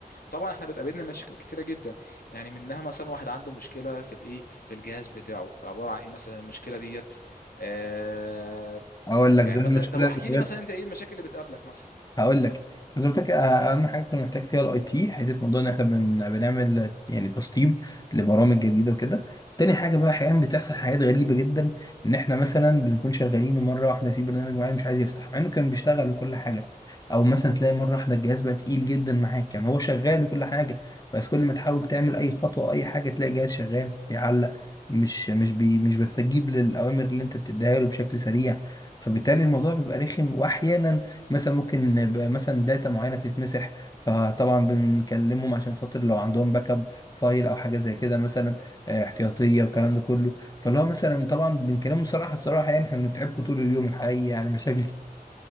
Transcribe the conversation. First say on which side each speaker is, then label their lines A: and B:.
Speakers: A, on the left; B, on the left.
A: طبعا احنا بتقابلنا مشاكل كتيرة جدا يعني منها مثلا واحد عنده مشكلة في الايه في الجهاز بتاعه عبارة عن ايه مثلا المشكلة ديت آه
B: اقول لك
A: يعني
B: زي المشكلة
A: مثلا طب احكي
B: اللي
A: لي مثلا انت ايه المشاكل اللي بتقابلك مثلا
B: هقول لك زي ما قلت لك آه، اهم حاجه كنا محتاج فيها الاي تي حته موضوع ان احنا بن... بنعمل آه، يعني تسطيب لبرامج جديده وكده تاني حاجه بقى احيانا بتحصل حاجات غريبه جدا ان احنا مثلا بنكون شغالين ومره واحده في برنامج معين مش عايز يفتح مع انه كان بيشتغل وكل حاجه او مثلا تلاقي مره واحده الجهاز بقى تقيل جدا معاك يعني هو شغال وكل حاجه بس كل ما تحاول تعمل اي خطوه او اي حاجه تلاقي الجهاز شغال بيعلق مش مش بي مش بتستجيب للاوامر اللي انت بتديها له بشكل سريع فبالتالي الموضوع بيبقى رخم واحيانا مثلا ممكن يبقى مثلا داتا معينه تتمسح فطبعا بنكلمهم عشان خاطر لو عندهم باك اب فايل او حاجه زي كده مثلا آه، احتياطيه والكلام ده كله فاللي هو مثلا طبعا بنكلمهم صراحه الصراحه يعني احنا بنتعبكم طول اليوم الحقيقه يعني مشاكل